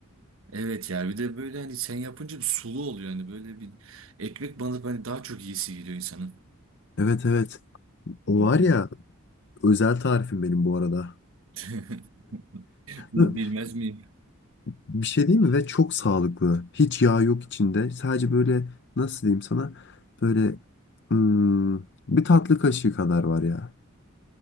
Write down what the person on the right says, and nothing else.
Evet ya bir de böyle hani sen yapınca bir sulu oluyor. Hani böyle bir ekmek banıp hani daha çok iyisi geliyor insanın.
Hı
hı.
<laughs> Bil-
Bilmez miyim?